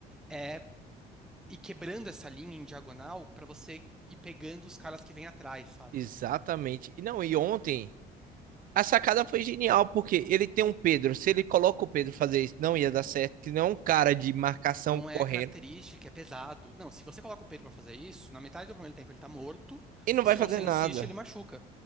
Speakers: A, in the centre; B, on the right.
A: é ir quebrando essa linha em diagonal para você ir pegando os caras que vêm atrás, sabe?
B: exatamente. E não, e ontem a sacada foi genial, porque ele tem um Pedro. Se ele coloca o Pedro fazer isso, não ia dar certo, que não é um cara de marcação
A: Não é
B: correndo
A: característica, é pesado. Não, se você coloca o Pedro para fazer isso, na metade do primeiro tempo ele tá morto,
B: e não
A: se
B: vai fazer
A: você
B: nada.
A: insiste, ele machuca.